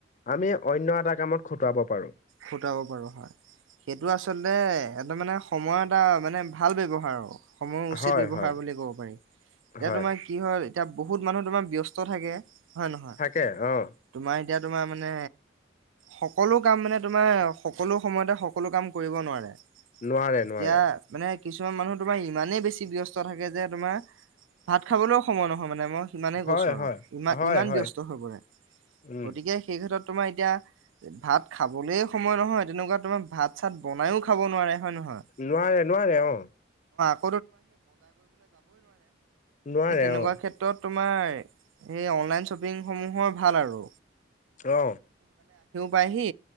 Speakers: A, on the left; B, on the right.
A: আমি অন্য এটা কামত খুটুৱাব পাৰো।
B: খুটাব পাৰো হয়। সেইটো আচলতে এ মানে সময় এটা মানে ভাল ব্যৱহাৰ আৰু সময় উচিত
A: হয়
B: ব্যৱৱহাৰ
A: হয়
B: বুলি ক'ব পাৰি এতিয়া
A: হয়
B: তোমাৰ কি হল এতিয়া বহুত মানুহ তোমাৰ ব্যস্ত থাকে। হয়ে নহয়
A: থাকে অ
B: তোমাৰয়া এতিয়া তোমাৰ মানে সকলো কাম মানে তোমাৰ সকলো সময়তে সকলো কাম কৰিব নোৱাৰে।
A: নোৱাৰে,
B: এতিয়া
A: নোৱাৰে
B: মানে কিছুমান মানুহ তোমাৰ ইমানেই বেছি ব্যস্ত থাকে যে তোমাৰ ভাত খাবলৈও সময় নহয় মানে মই সিমানে
A: হয়
B: কৈছো আৰু।
A: হয়
B: ইমান
A: হয়
B: ইমান
A: হয়
B: ব্যস্ত হৈ পৰে
A: উম
B: গতিকে সেই ক্ষেত্ৰত তোমাৰ এতিয়া ভাত খাবলে সময় নহয় তেনেকুৱা তোমাৰ ভাত চাত বনাইও খাব নোৱাৰে। হয় নহয়
A: নোৱাৰে নোৱাৰে অ।
B: ব <inaudible>
A: নোৱাৰে
B: তেনে
A: অ
B: তোমাৰ অনলাইন চপি্্ সমোহৰ ভাল আৰু
A: অ
B: পাইহি